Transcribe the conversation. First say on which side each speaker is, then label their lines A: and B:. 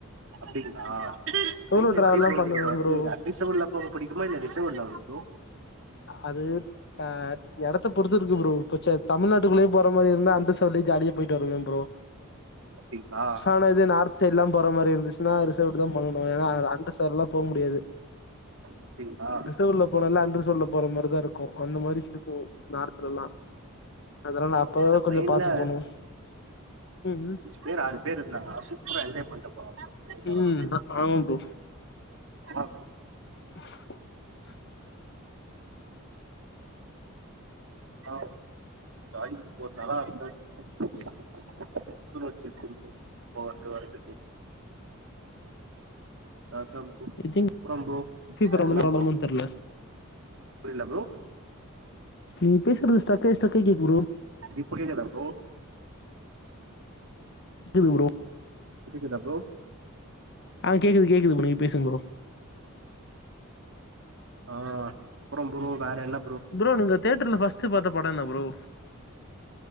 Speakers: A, on the right (about 65°); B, on the left (about 55°).
A: அப்டிங்களா
B: சோலோ
A: ட்ரெயின்ல
B: டிராவல்லா
A: எப்டி ப்ரோ
B: பண்ணுவே
A: நீங்க வந்து
B: ப்ரோ
A: அன்ரிசர்வ்ல போக புடிக்குமா இல்ல ரிசர்வ்டு ல்லா பரோ
B: அது ஆ எடத்த பொறுத்து இருக்கு ப்ரோ பச்ச தமிழ்நாட்டுக்குள்ளயே போற மாரி இருந்தா அன்ரிசர்வ்டுலியே ஜாலியா போயிட்டு வருவே ப்ரோ
A: அப்டிங்களா
B: ஆனா இதே நார்த் சைட் லா போற மாரி இருந்துச் சின்னா ரிசர்வ்டு தா பண்ணணு ஏன்னா அன்ரிசர்வ்டுலா போ முடியாது
A: அப்டிங்களா
B: ரிசர்வ்டுல போலான்னா அன்ரிசவ்டுல போற மாரிதா இருக்கு அந்த மாரி இருக்கு நார்த்லெல்லா அதெலா நா அப்பவே
A: ஆ
B: கொஞ்சோ
A: ட்ரெயின்ல
B: பாத்து போணு ம்
A: பேரு ஆறு பேரு இருந்தாங்கன்னா சூப்பரா என்ஜாய் பண்ட்டு போலா ப்ரோ ட்ரெயின்லலா
B: ம் ஆமா ப்ரோ
A: ஆ
B: <inaudible>
A: <inaudible> சாகி போட்டா தா இருக்கு <unintelligible> வச்சு போர்த்துக்கு வரத்துக்கு அப்றோம்
B: ஐ திங்க்
A: ப்ரோ வேற
B: ப்ராப்ளமா
A: என்ன ப்ரோ
B: தெர்ல
A: புரில ப்ரோ
B: நீங் பேசுறது ஸ்டக்காயி ஸ்டக்காயி கேக்து ப்ரோ
A: இப்ப கேக்தா ப்ரோ
B: கிது ப்ரோ
A: கேக்குதா ப்ரோ
B: ஆ கேக்குது கேக்குது ப்ரோ நீங் பேசுங் ப்ரோ
A: ஆ அப்றோ ப்ரோ வேற என்ன
B: ப்ரோ நீங்க தியேட்டர்ல ஃபஸ்ட் பாத்த பட என்ன ப்ரோ